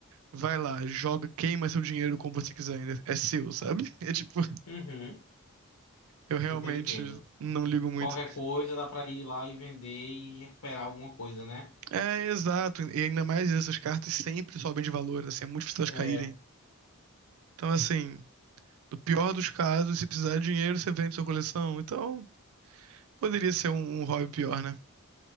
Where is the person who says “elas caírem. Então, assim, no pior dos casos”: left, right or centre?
Right